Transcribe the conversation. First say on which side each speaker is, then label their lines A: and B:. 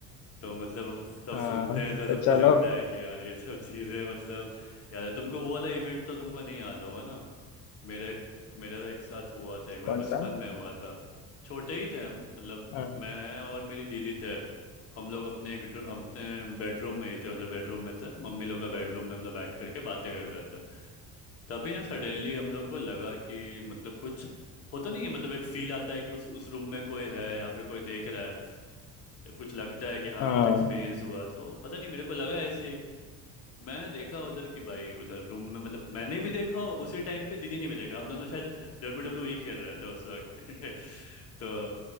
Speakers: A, on the left; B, on the left.
A: तो मतलब सब
B: हाँ
A: सुनते हैं तो
B: तो
A: सबको
B: चलो
A: लगता है कि यार ये सब चीज़ें मतलब याद है तुमको वो वाला इवेंट तो तुमको नहीं याद होगा ना मेरे एक मेरा एक साथ हुआ था एक बार
B: कौन
A: बचपन
B: सा
A: में हुआ था छोटे ही थे हम मतलब
B: हाँ
A: मैं और मेरी दीदी थे हम लोग अपने एक ड्र- अपने बेडरूम में ही थे उधर बेडरूम में थे मम्मी लोग का बेडरूम में हम लोग बैठ करके बातें कर रहे थे तभी ना सडनली हम लोग को लगा कि मतलब कुछ होता नहीं है मतलब एक फील आता है कि उस उस रूम में कोई है या फिर कोई देख रहा है कुछ लगता है कि हाँ
B: हाँ
A: कुछ एक्सपीरियंस हुआ तो पता नहीं मेरे को लगा ऐसे मैं देखा उधर की भाई उधर रूम में मतलब मैंने भी देखा उसी टाइम पे दीदी ने भी देखा हम दोनों शायद डब्ल्यू डब्ल्यू ई खेल रहे थे उस वक्त <laughs> तो